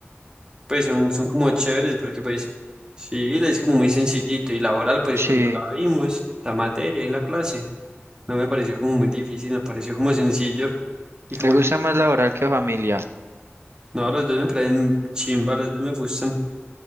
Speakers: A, on the right; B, on the right.
A: Pues son, son como chéveres porque pues civil es como muy sencillito y laboral pues
B: Sí,
A: cuando la vimos, la materia y la clase, no me pareció como muy difícil, me pareció como sencillo. Y como,
B: le gusta más laboral que familia.
A: no, los dos me parecen chimba, los dos me gustan.